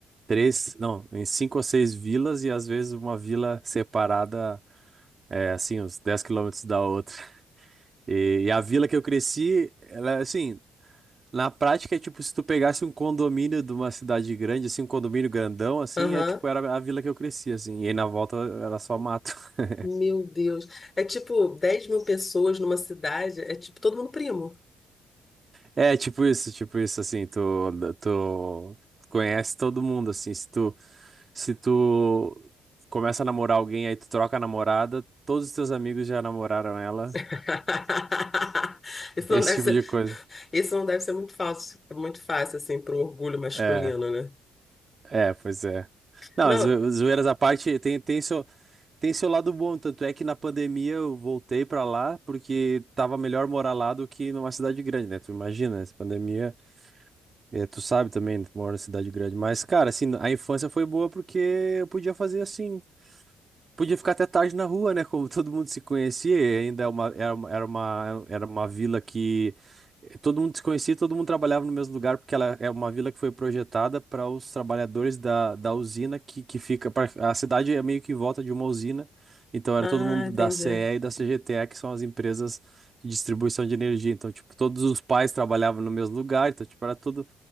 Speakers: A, on the right; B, on the left.
A: três, não, em cinco ou seis vilas e às vezes uma vila separada, é, assim, uns 10 quilômetros da outra. E, e a vila que eu cresci, ela, é, assim, Na prática, é tipo, se tu pegasse um condomínio de uma cidade grande, assim, um condomínio grandão, assim,
B: Aham.
A: é tipo, era a vila que eu cresci, assim, e aí na volta era só mato. <laughs>
B: Meu Deus. É tipo 10 mil pessoas numa cidade, é tipo todo mundo primo.
A: É, tipo isso, tipo isso, assim, tu, tu conhece todo mundo, assim, se tu, se tu começa a namorar alguém, aí tu troca a namorada, todos os teus amigos já namoraram ela,
B: <laughs> Isso
A: esse
B: não deve
A: tipo
B: ser
A: de coisa.
B: Isso não deve ser muito fácil, muito fácil assim para o orgulho masculino,
A: É,
B: né?
A: é, pois é. Não,
B: Não.
A: zo- zoeiras à parte, tem, tem, seu Tem seu lado bom, tanto é que na pandemia eu voltei pra lá porque tava melhor morar lá do que numa cidade grande, né? Tu imagina, essa pandemia, é, tu sabe também, tu mora em cidade grande. Mas, cara, assim, a infância foi boa porque eu podia fazer assim. Podia ficar até tarde na rua, né? Como todo mundo se conhecia, e ainda é uma- era uma, era uma, era uma vila que eh, todo mundo se conhecia, todo mundo trabalhava no mesmo lugar, porque ela é uma vila que foi projetada para os trabalhadores da, da usina que, que fica. pra- a cidade é meio que em volta de uma usina, então era
B: Ah,
A: todo mundo
B: entendi.
A: da CE e e da CGTE, que são as empresas de distribuição de energia. Então, tipo, todos os pais trabalhavam no mesmo lugar, então, tipo, era tudo